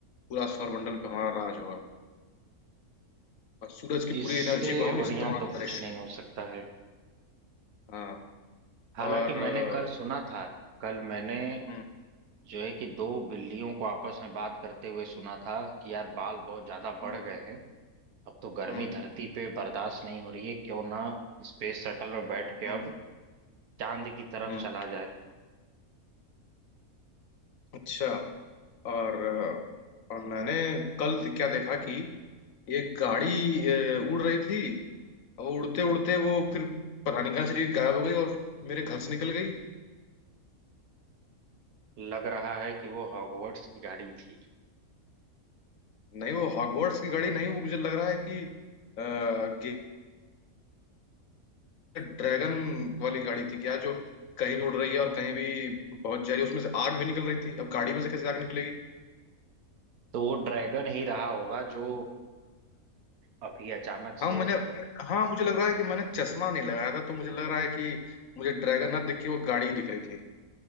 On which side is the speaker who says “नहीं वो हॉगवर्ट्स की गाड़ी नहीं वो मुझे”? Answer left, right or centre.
Left